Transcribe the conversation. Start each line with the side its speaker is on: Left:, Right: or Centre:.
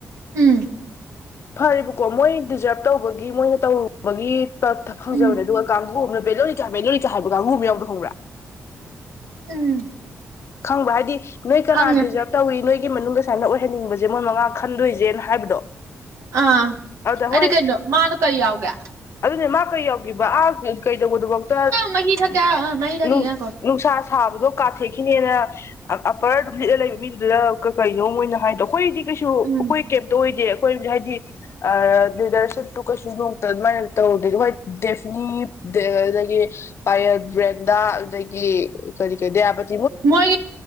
Right: ꯎꯝ
Left: ꯐꯔꯦꯕꯀꯣ ꯃꯣꯏ ꯗꯤꯖꯥꯔꯕ ꯇꯧꯕꯒꯤ ꯃꯣꯏꯅ ꯇꯧꯔꯨ ꯕꯒꯤ ꯇꯞ ꯊ ꯐꯪꯖꯕꯅꯦ
Right: ꯎꯝ
Left: ꯑꯗꯨꯒ ꯀꯥꯡꯕꯨ ꯑꯃꯅ ꯕꯦꯂꯣꯔꯤꯇꯥ ꯕꯦꯂꯣ ꯔꯤꯇꯥ ꯍꯥꯏꯕ ꯀꯥꯡꯕꯨ ꯑꯃꯥ ꯌꯥꯎꯕꯗꯣ ꯈꯪꯕ꯭ꯔꯥ
Right: ꯎꯝ
Left: ꯈꯪꯕ꯭ꯔ ꯍꯥꯏꯗꯤ ꯅꯣꯏ ꯀꯅꯥ
Right: ꯈꯪꯉꯦ
Left: ꯗꯤꯖꯥꯔꯞ ꯇꯧꯏ ꯅꯣꯏꯒꯤ ꯃꯅꯨꯡꯗ ꯁꯥꯏꯅ ꯑꯣꯏꯍꯟꯅꯤꯡꯕꯖꯦ ꯃꯣꯏ ꯃꯉꯥ ꯈꯟꯗꯣꯏꯖꯦꯅ ꯍꯥꯏꯕꯗꯣ
Right: ꯑꯥ
Left: ꯑꯗꯨꯗ ꯍꯣꯏ
Right: ꯑꯩꯗꯤ ꯀꯩꯅꯣ ꯃꯥꯗꯣ ꯀꯔꯤ ꯌꯥꯎꯒꯦ
Left: ꯑꯗꯨꯅꯦ ꯃꯥ ꯀꯔꯤ ꯌꯥꯎꯒꯦꯕ ꯑꯥ ꯀꯩ ꯀꯩꯗꯧꯕꯗꯨꯕꯛꯇ
Right: ꯃꯍꯤ ꯊꯛꯀꯦ ꯃꯍꯤ ꯊꯛꯈꯤ
Left: ꯅꯨꯡ
Right: ꯉꯥꯏꯈꯣ
Left: ꯅꯨꯡꯁꯥ ꯁꯥꯕꯗꯣ ꯀꯥꯊꯦꯛꯈꯤꯅꯦꯅ ꯑꯞꯄꯔ ꯂꯤꯠꯂ ꯂꯩꯕ ꯃꯤꯗꯨꯗ ꯀ ꯀꯩꯅꯣ ꯃꯣꯏꯅ ꯍꯥꯏꯗꯣ ꯑꯩꯈꯣꯏꯗꯤ ꯀꯩꯁꯨ ꯑꯩꯈꯣꯏ
Right: ꯎꯝ
Left: ꯀꯩꯝ ꯇꯣꯏꯗꯦ ꯑꯩꯈꯣꯏ ꯍꯥꯏꯗꯤ ꯑ ꯂꯤꯗꯔꯁꯤꯞꯇꯨ ꯀꯩꯁꯨ ꯅꯣꯛꯇ ꯑꯗꯨꯃꯥꯏꯅ ꯇꯧꯔꯨꯗꯦ ꯍꯣꯏ ꯗꯦꯐꯅꯤꯞ ꯗꯦ ꯗꯒꯤ ꯄꯌꯜ ꯕ꯭ꯔꯦꯟꯗ ꯑꯗꯨꯗꯒꯤ ꯀꯔꯤ ꯀꯔꯤ ꯗꯌꯥꯕꯠ
Right: ꯃꯣꯏ